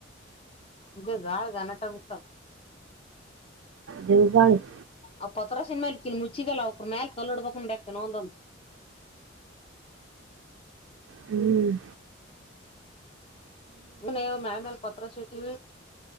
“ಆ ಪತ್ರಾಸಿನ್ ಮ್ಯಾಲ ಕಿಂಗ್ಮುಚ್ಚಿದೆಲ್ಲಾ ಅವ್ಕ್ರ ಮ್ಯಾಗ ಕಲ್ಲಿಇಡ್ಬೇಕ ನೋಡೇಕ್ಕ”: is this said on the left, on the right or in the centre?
Left